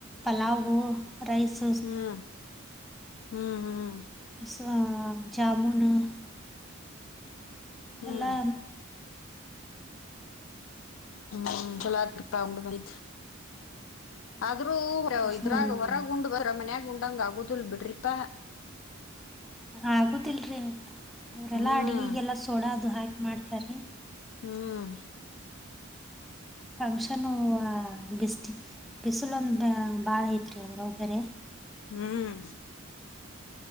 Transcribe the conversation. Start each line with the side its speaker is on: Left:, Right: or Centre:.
Centre: ಪಲಾವ <inaudible> ರೈಸ್
Left: ಹ್ಮ್ ಹ್ಮ್ ಹ್ಮ್
Centre: ಅ ಜಾಮುನ್ <inaudible>
Left: ಹ್ಮ್
Centre: ಎಲ್ಲಾ
Left: ಹ್ಮ್ ಚಲಾಟ ಪಾಂಡ ಮಾಹಿತ <inaudible> ಆದ್ರೂ
Centre: ಹ್ಮ್
Left: ಇದ್ರಾಗ ಹೊರ ಗುಂಡ್ ಬ ಮನ್ಯಾಗುಂಡ <inaudible> ಅಂಗ ಆಗುದಿಲ್ಲ ಬಿಡ್ರಿಪ
Centre: ಆಗುದಿಲ್ರಿ <inaudible> ಅವರೆಲ್ಲಾ
Left: ಹ್ಮ್
Centre: ಅಡಿಗೆಗೆಲ್ಲ ಸೋಡ ದು ಹಾಕ್ ಮಾಡ್ತಾರೆ
Left: ಹ್ಮ್
Centre: ಫಂಕ್ಷನ್ ಬಿಸಿಲು ಬಿಸಿಲು ಒಂದ ಬ ಬಾಳ ಐತ್ರಿ ಅದ ಬಾ ಬೇರೆ <inaudible>
Left: ಹ್ಮ್